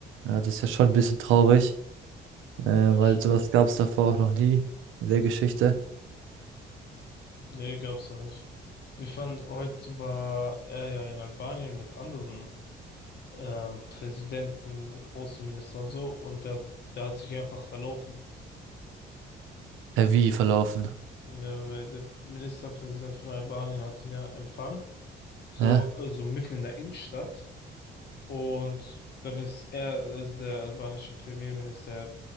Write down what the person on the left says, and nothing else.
ja, schon.
Nee, gab's noch nicht. Wir fanden, heute war er ja in Albanien mit anderen ähm, Präsidenten, Außenministern und so und der, der hat sich einfach verlaufen.
Ne, weil der Ministerpräsident von Albanien hat ihn ja empfangen, so,
also mitten in der Innenstadt. Und dann ist er, also der albanische Premierminister,